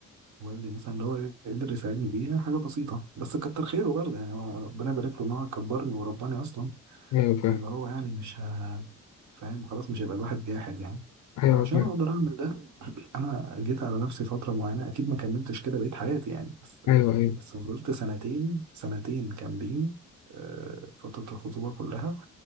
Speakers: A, on the right (about 70°); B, on the left (about 70°).
A: والدي مثلا اللي هو قدر يساعدني بيها حاجة بسيطة بس كتر خيره برضه يعني هو ربنا يبارك له إن هو كبرني ورباني أصلا
B: ايوه فاهم
A: فاللي هو يعني مش ه... فاهم خلاص مش هيبقى الواحد جاحد يعني
B: ايوه
A: فعشان
B: فاهم
A: اقدر اعمل ده انا جيت على نفسي فتره معينه اكيد ما كملتش كده بقيت حياتي يعني بس
B: ايوه ايوه
A: بس فضلت سنتين سنتين كاملين آه، فتره الخطوبه كلها